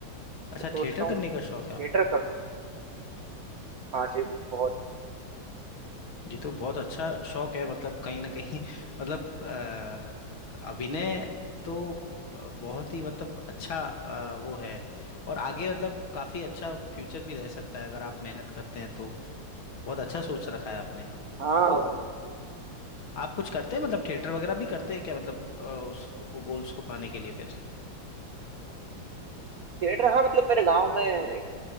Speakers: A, on the left (about 80°); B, on the right (about 50°).
A: अच्छा
B: तो सोच
A: थिएटर
B: रहा हूँ
A: करने का शौक है आपको
B: थिएटर कर लूँ हाँ जी बहुत
A: ये तो बहुत अच्छा शौक है मतलब कहीं ना कहीं <laughs> मतलब अ, अभिनय तो ब- बहुत ही मतलब अच्छा अ, वो है और आगे मतलब काफी अच्छा फ्यूचर भी रह सकता है अगर आप मेहनत करते हैं तो बहुत अच्छा सोच रखा है आपने
B: हाँ
A: तो आप कुछ करते हैं मतलब थिएटर वगैरह भी करते हैं क्या मतलब अ, उसको गोल्स को पाने के लिए फिर
B: थिएटर हाँ मतलब मेरे गांव में एक